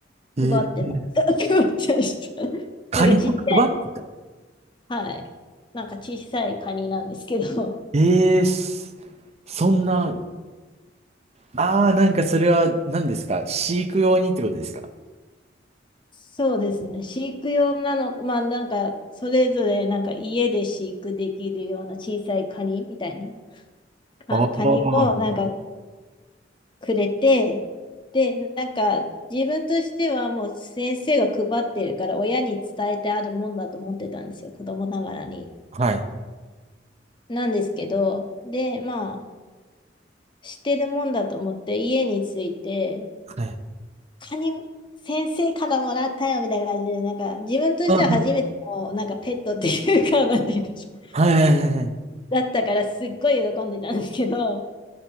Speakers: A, on the right; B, on the left.
A: えー、
B: 配ってました。<laughs> 配ってました。<laughs>
A: カニを配ってた。
B: なんかちっちゃい、はい。なんか小さいカニなんですけど、
A: ええそそんな、ああ、なんかそれは何ですか飼育用にってことですか
B: そうですね。飼育用なの、まあなんか、それぞれなんか家で飼育できるような小さいカニみたいな、かカニをなんか
A: ああー、
B: くれて、で、なんか自分としてはもう先生が配ってるから親に伝えてあるもんだと思ってたんですよ、子供ながらに。
A: はい。
B: なんですけど、で、まあ、知ってるもんだと思って家に着いて、
A: はい。
B: カニ先生からもらったよみたいな感じで、なんか自分としては初めてのなんかペットっていうか、
A: あ、
B: なんて言うんでしょう。
A: はいはいはいはい。
B: だったからすっごい喜んでたんですけど、